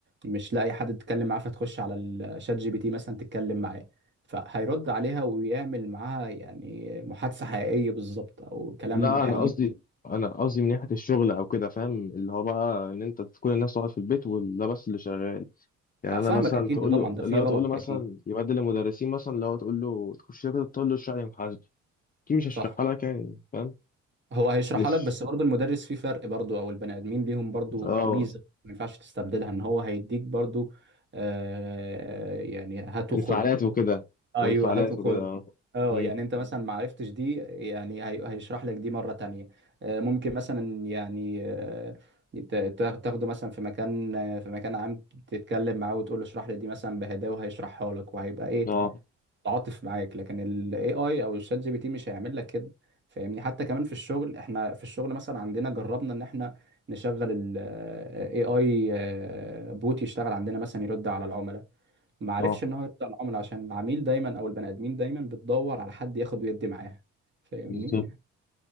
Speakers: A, on the right; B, on the left.
A: مش لاقي حد تتكلم معاه فتخش على الشات جي بي تي مثلا تتكلم معاه فهيرد عليها ويعمل معاها يعني محادثة حقيقية بالظبط أو كلام
B: لا
A: حقيقي
B: انا قصدي انا قصدي من ناحيه الشغل او كده فاهم اللي هو بقى ان انت كل الناس قاعد في البيت وده بس اللي شغال يعني انا
A: فاهمك
B: مثلا
A: اكيد
B: تقول
A: ده طبعا
B: له
A: ده
B: لو
A: فيه غلط
B: تقول له مثلا
A: اكيد
B: يبدل المدرسين مثلا لو تقول له تخش كده تقول له اشرح لي محاسبه اكيد مش هشرحها
A: صح
B: لك يعني فاهم
A: هو هيشرحها
B: مش
A: لك بس برضه المدرس فيه فرق برضه او البني ادمين ليهم برضه
B: اه
A: ميزه ما ينفعش تستبدلها ان هو هيديك برضه آه يعني هات وخد
B: انفعالات وكده
A: ايوه
B: وانفعالات
A: هات وخد
B: وكده اه
A: اه
B: امم
A: يعني انت مثلا ما عرفتش دي يعني هي- هيشرح لك دي مره تانية آه ممكن مثلا يعني آه ت- تا- تاخده مثلا في مكان آه، في مكان عام تتكلم معاه وتقول له اشرح لي دي مثلا بهداوه وهيشرحها لك وهيبقى ايه
B: اه
A: تعاطف معاك لكن ال AI او الشات جي بي تي مش هيعمل لك كده فاهمني حتى كمان في الشغل احنا في الشغل مثلا عندنا جربنا ان احنا نشغل ال AI آه، بوت يشتغل عندنا مثلا يرد على العملاء ما عرفش
B: اه
A: ان هو يرد على العملاء عشان العميل دايما او البني ادمين دايما بتدور على حد ياخد ويدي معاها فاهمني
B: بالظبط